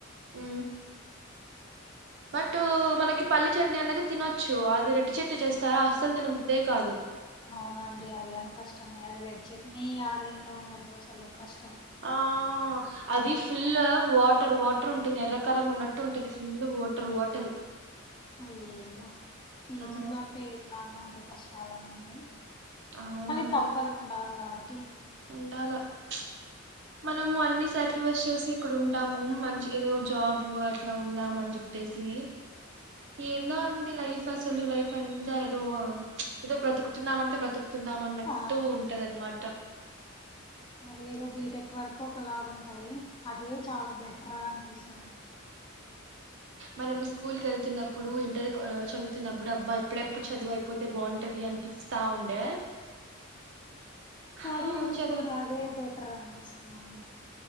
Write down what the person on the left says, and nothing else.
<unintelligible>
అవునండి అది కాని కష్టమే అది రెడ్ చెట్నీ ఆడ తింటమండి దోసలో కష్టం
అయ్యయ్యో పీజీలో
అంటే ఎట్లానే అంటే కష్టాలన్నీ
కానీ తప్పద్ ఉండాలే కాబట్టి
ఆ
అదేదో బీటెక్ వరకు ఒకలాగు ఉంటది అదే చాలా బెటర్ గా అనిపిస్
కాని ఇప్పుడదే
బెటర్ అనిపిస్తుందండి